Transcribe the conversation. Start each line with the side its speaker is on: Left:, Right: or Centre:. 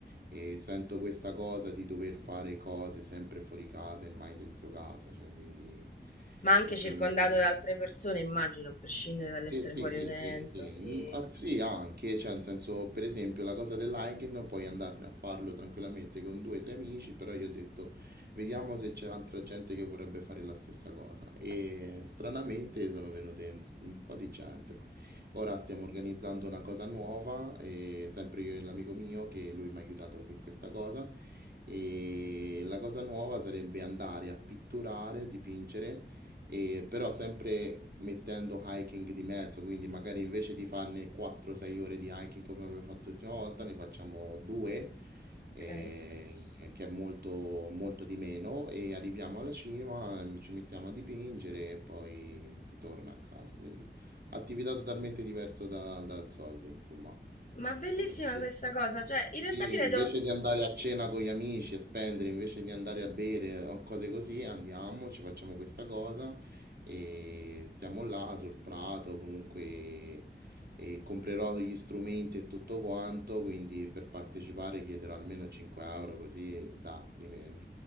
Right: E sento questa cosa di dover fare cose sempre fuori casa e mai dentro casa, cioè, quindi
Left: Ma anche
Right: principalmente...
Left: circondato da altre persone, immagino, a prescindere dall'essere
Right: Sì, sì,
Left: fuori
Right: sì,
Left: o dentro,
Right: sì, sì,
Left: sì.
Right: Mm, ah, sì, anche, cioè, nel senso, per esempio, la cosa del hiking puoi andare a farlo tranquillamente con due o tre amici, però io ho detto, vediamo se c'è altra gente che vorrebbe fare la stessa cosa. E stranamente sono venute un s- un po' di gente. Ora stiamo organizzando una cosa nuova, e sempre io e l'amico mio, che lui mi ha aiutato con questa cosa, e la cosa nuova sarebbe andare a pitturare, dipingere e però sempre mettendo hiking di mezzo, quindi magari invece di farne 4-6 ore di hiking come abbiamo fatto l'ultima volta, ne facciamo due, eh,
Left: Ok.
Right: che è molto, molto di meno, e arriviamo alla cima, eh, ci mettiamo a dipingere e poi si torna a casa, quindi attività totalmente diversa da- dal solito, insomma.
Left: Ma bellissima
Right: Mm,
Left: questa cosa, cioè, in
Right: sì,
Left: realtà credo...
Right: invece di andare a cena con gli amici e spendere, invece di andare a bere o cose così, andiamo, ci facciamo questa cosa e stiamo là sul prato, comunque e comprerò gli strumenti e tutto quanto, quindi per partecipare chiederò almeno 5 euro così da rimedio.